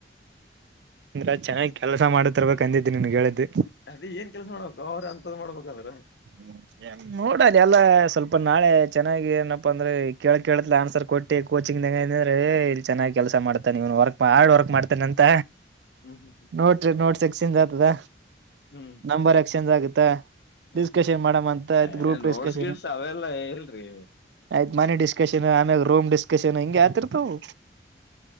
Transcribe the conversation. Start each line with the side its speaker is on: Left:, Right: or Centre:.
Right: ಅಂದ್ರ ಚೆನ್ನಾಗ್ ಕೆಲ್ಸ ಮಾಡ್ತಿರಬೇಕು ಅಂದಿದ್ ನಿನ್ಗ್ ಹೇಳಿದ್ದು.
Left: ಅದೇ ಏನ್ ಕೆಲಸ ಮಾಡ್ಬೇಕು ಅವ್ರ ಅಂತಾವ್ ಮಾಡ್ಬೇಕಂದ್ರ.
Right: ಹ್ಮ್. <unintelligible> ನೋಡ್ ಅದೇ ಎಲ್ಲ ಸ್ವಲ್ಪ ನಾಳೆ ಚೆನ್ನಾಗಿ ಏನಪ್ಪಾ ಅಂದ್ರೆ ಕೇಳ್ ಕೇಳ್ತಾಲೆ ಆನ್ಸರ್ ಕೊಟ್ಟ. ಕೋಚಿಂಗ್ನಾಗ ಅದನಂದ್ರೆ ಇಲ್ಲಿ ಚೆನಾಗ್ ಕೆಲಸ ಮಾಡ್ತಾನ ಇವನ್ ಬಾಳ ಆಡ್ ವರ್ಕ್ ಮಾಡ್ತಾನ ಅಂತ.
Left: ಹ್ಮ್ ಹ್ಮ್
Right: ನೋಟ್ರಿ ನೋಟ್ಸ್ ಸಿಕ್ಸ್ ಅಕ್ತದ
Left: ಹ್ಮ್ ಹ್ಮ್
Right: ನಂಬರ್ ಎಕ್ಸ್ಚೇಂಜ್ ಆಗುತ್ತಾ.
Left: ಹ್ಮ್
Right: ಡಿಸ್ಕಷನ್
Left: ಹ್ಮ್
Right: ಮಾಡಮ್ ಅಂತ ಆಯ್ತು ಗ್ರೂಪ್
Left: ಏ ನೋಡ್ಸ್
Right: ಡಿಸ್ಕಷನ್.
Left: ಗಿಡ್ಸ್ ಅವೆಲ್ಲ ಇಲ್ರಿ
Right: ಆಯ್ತ್ ಮನೆ ಡಿಸ್ಕಶನ್ ಆಮ್ಯಾಲ್ ರೂಮ್ ಡಿಸ್ಕಶನ್ ಹಿಂಗೆ ಅಕ್ತಿರ್ತವು.